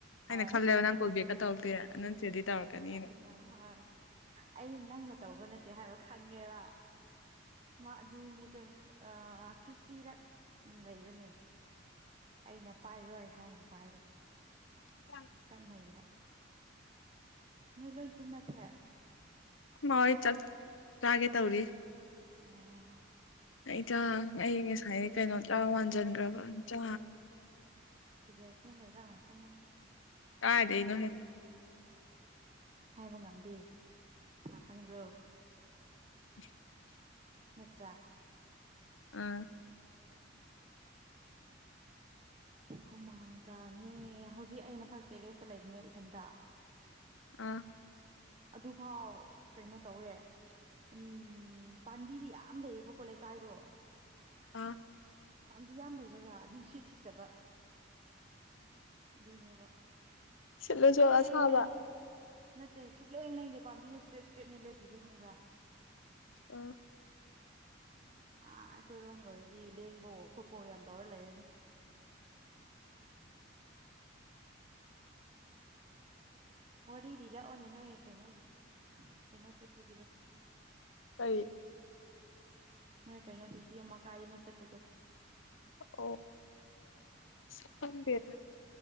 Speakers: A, on the left; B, on the right.
A: ꯑꯩꯅ
B: ꯍꯣꯏ
A: ꯈꯜꯂꯦꯕ ꯅꯪ ꯀꯣꯜ ꯕꯦꯛꯀ ꯇꯧꯔꯛꯇꯦꯅ ꯅꯠꯇ꯭ꯔꯗꯤ ꯇꯧꯔꯛꯀꯅꯤꯅ
B: ꯑꯩꯅ ꯍꯣꯏ ꯑꯩ ꯅꯪꯅ ꯇꯧꯕ ꯅꯠꯇꯦ ꯍꯥꯏꯕ ꯈꯪꯉꯦꯕ ꯃꯥ ꯑꯗꯨ ꯅꯨꯃꯤꯠꯇꯨ ꯑꯥ ꯐꯤꯐꯇꯤꯔꯛ ꯂꯩꯕꯅꯦ ꯑꯩꯅ ꯄꯥꯏꯔꯣꯏ ꯍꯥꯏꯅ ꯄꯥꯏꯗꯕ
A: ꯑꯩꯈꯣꯏ
B: ꯈꯥꯔ ꯅꯩꯕ ꯅꯣꯏ ꯂꯣꯏ ꯇꯨꯝꯅꯈ꯭ꯔꯦ
A: ꯈ꯭ꯔ ꯃꯥꯍꯣꯏ ꯆꯥꯛ ꯆꯥꯒꯦ ꯇꯧꯔꯤ
B: ꯑꯣ
A: ꯑꯩꯇ ꯑꯩ ꯉꯁꯥꯏ ꯀꯩꯅꯣ ꯆꯥꯔꯥ ꯋꯥꯟꯁꯤꯟꯈ꯭ꯔꯕ ꯆꯥ
B: ꯁꯤ ꯐꯤꯒꯔ ꯁꯦꯝ ꯂꯩꯕ꯭ꯔꯥ ꯀꯅꯥꯈꯪ ꯅꯪꯁꯨ
A: ꯀꯥꯏꯗꯩꯅꯣ ꯍꯦ
B: ꯍꯥꯏꯕ ꯉꯝꯗꯦ ꯀꯥꯅ ꯈꯪꯕ꯭ꯔꯣ
A: <inaudible>
B: ꯅꯠꯇ꯭ꯔꯥ
A: ꯑꯥ
B: ꯍꯨꯃꯥꯡ ꯀꯥꯡꯉꯦ ꯍꯧꯖꯤꯛ ꯑꯩ ꯃꯊꯛ ꯇꯦꯔꯦꯁꯇ ꯂꯩꯕꯅꯦ ꯏꯊꯟꯇ
A: ꯑꯥ
B: ꯑꯗꯨꯐꯥꯎ ꯀꯩꯅꯣ ꯇꯧꯋꯦ ꯎꯟ ꯄꯥꯟꯕꯤꯗꯤ ꯌꯥꯝ ꯂꯩꯌꯦꯕꯀꯣ ꯂꯩꯀꯥꯏꯗꯣ
A: ꯑꯥ
B: ꯄꯥꯝꯕꯤ ꯌꯥꯝ ꯂꯩꯔꯒ ꯅꯨꯡꯁꯤꯠ ꯁꯤꯠꯇꯕ ꯑꯗꯨꯅꯦꯕ
A: ꯁꯤꯠꯂꯁꯨ
B: ꯁꯨꯡꯂꯦꯡ
A: ꯑꯁꯥꯕ
B: ꯂꯦꯡ ꯅꯠꯇꯦ ꯁꯨꯛꯂꯩ ꯂꯦꯡꯗꯦ ꯄꯥꯝꯕꯤꯁꯦ ꯁ꯭ꯇꯔꯦꯠ ꯁ꯭ꯇꯔꯦꯠꯅꯦ ꯂꯦꯞꯄꯤꯁꯦ ꯈꯪꯕ꯭ꯔꯥ
A: ꯎꯝ
B: ꯑꯥ ꯑꯩꯈꯣꯏꯔꯣꯝ ꯑꯣꯏꯔꯗꯤ ꯂꯦꯡꯕꯋꯣ ꯈꯣꯠꯄ꯭ꯋꯣ ꯌꯥꯝ ꯇꯧꯔ ꯂꯩꯔꯅꯤ
A: <inaudible> <inaudible>
B: ꯋꯥꯔꯤ ꯂꯤꯔꯛꯑꯣꯅꯦ ꯅꯣꯏ ꯀꯩꯅꯣꯒꯤ ꯀꯩꯅꯣ ꯆꯠꯄꯒꯤꯗꯣ
A: ꯀꯩ
B: ꯅꯣꯏ ꯀꯩꯅꯣ ꯗ꯭ꯌꯨꯇꯤ ꯑꯝꯃ ꯀꯥꯏꯗꯅꯣ ꯆꯠꯄꯗꯣ
A: ꯑꯣ ꯑꯁ ꯈꯪꯗꯦꯗ